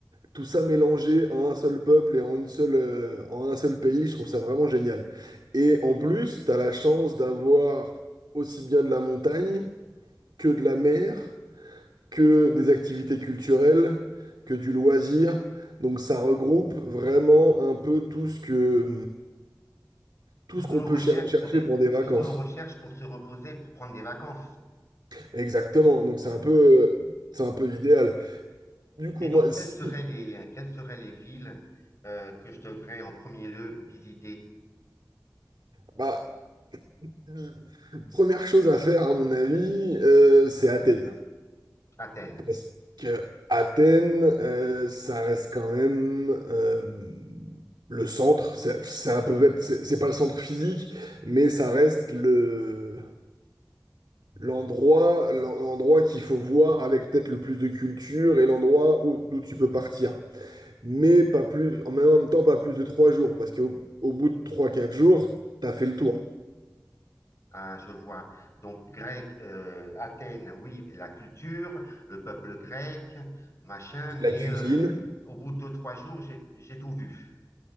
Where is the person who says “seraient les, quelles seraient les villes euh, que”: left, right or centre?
Left